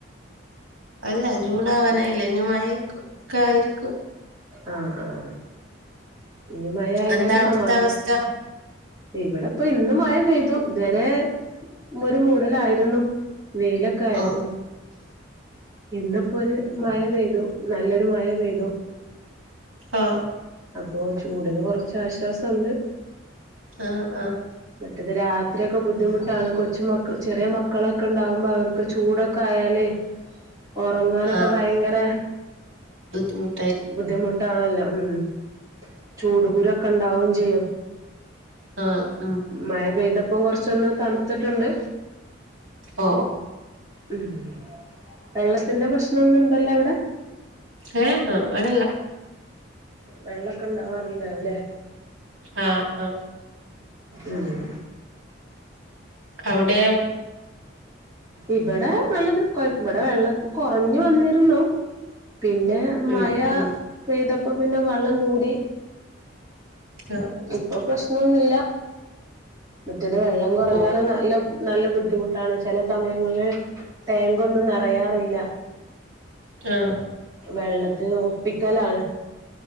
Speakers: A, on the right; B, on the right.
A: അല്ല. ജൂണാവാനായില്ലെ ഞ്ഞ് മഴ ക്കെ ആയിരിക്കും.
B: ആഹ് ആഹ്. ഞ്ഞ് മയായാല്
A: എന്താ അവിടുത്തെ
B: സമാധാ
A: അവസ്ഥ
B: ഇവിടെപ്പൊ ഇന്ന് മയ പെയ്തു. തവരെ ഒരു മൂടലായിരുന്നു. വെയില ക്കായിരുന്നു.
A: ആഹ്
B: ഇന്ന്പ്പൊര് മയ പെയ്തു. നല്ലൊര് മയ പെയ്തു.
A: ആഹ്.
B: അപ്പോ ചൂടിന് കൊറച്ചാശ്വാസണ്ട്.
A: ആഹ് ആഹ്.
B: റ്റത് രാത്രിയൊക്കെ ബുദ്ധിമുട്ടാണ്. കൊച്ചുമക്ക ചെറിയ മക്കളൊക്കെണ്ടാവുമ്പോ അവർക്ക് ചൂടൊക്കായാലെ. ഒറങ്ങാനൊക്കെ
A: ആഹ്
B: ഭയങ്കര.
A: <unintelligible>
B: ബുദ്ധിമുട്ടാണല്ലോ. ഉം. ചൂട്കുരൊക്കെ ണ്ടാവും ചെയ്യും.
A: ആഹ്. ഉം.
B: മയ പെയ്തപ്പൊ കൊറച്ചൊന്ന് തണ്ത്തട്ട്ണ്ട്.
A: ഓ.
B: ഉം. വെള്ളത്തിന്റെ പ്രശ്നൊന്നു ണ്ടല്ലോ അവിടെ?
A: ഏ എ വടെല്ല.
B: വെള്ളൊക്കെ ണ്ടാവാറ്ണ്ടാവുംല്ലേ?
A: ആഹ് ആഹ്.
B: ഉം.
A: അവട്യോ?
B: ഇബടെ വെള്ള കൊയ് ഇവടെ വെള്ള കൊറഞ്ഞ് വന്നിരുന്നു. പിന്നെ
A: ഉം
B: മയ
A: ഉം
B: പെയ്തപ്പോ പിന്നെ വള്ളം കൂടി.
A: ഓ
B: പ്പൊ പ്രശ്നൊന്നുല്ല. മറ്റേത് വെള്ളം കൊറഞ്ഞാല്
A: ഓ
B: നല്ല നല്ല ബുദ്ധിമുട്ടാണ്. ചെല സമയങ്ങളില് ടാങ്കൊന്നും നെറയാറില്ല.
A: ആഹ്
B: വെള്ളത്തിന് ഒപ്പിക്കലാണ്.